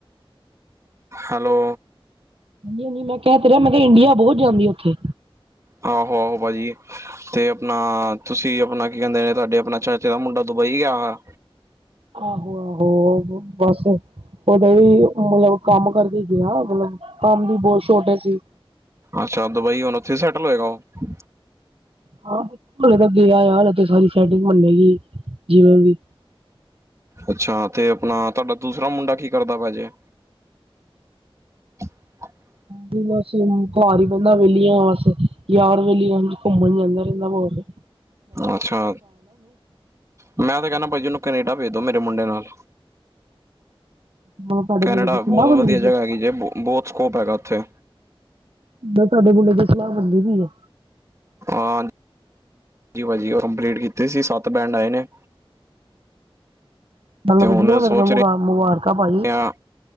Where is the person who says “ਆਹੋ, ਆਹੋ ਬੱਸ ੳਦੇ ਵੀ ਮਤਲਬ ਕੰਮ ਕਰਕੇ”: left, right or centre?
Right